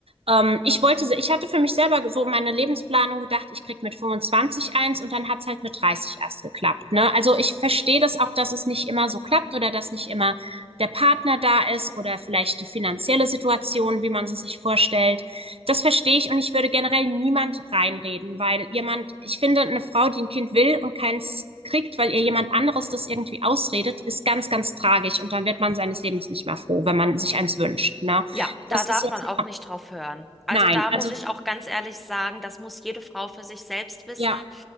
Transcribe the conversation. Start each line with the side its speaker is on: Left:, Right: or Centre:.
Right: ähm, ich wollte, se- ich hatte für mich selber so meine Lebensplanung gedacht, ich krieg mit 25 eins und dann hat's halt mit 30 erst geklappt. Ne? Also ich verstehe das auch, dass es nicht immer so klappt oder dass nicht immer der Partner da ist oder vielleicht die finanzielle Situation, wie man sie sich vorstellt das verstehe ich und ich würde generell niemand reinreden, weil jemand, ich finde, eine Frau, die ein Kind will und keins kriegt, weil ihr jemand anderes das irgendwie ausredet, ist ganz, ganz tragisch und dann wird man seines Lebens nicht mehr froh, wenn man sich eins wünscht. Ne?
Centre: Ja, da
Right: Das
Centre: darf
Right: ist jetzt,
Centre: man auch nicht drauf hören. Also
Right: nein,
Centre: da
Right: also
Centre: muss ich auch ganz ehrlich sagen, das muss jede Frau für sich selbst wissen.
Right: ja,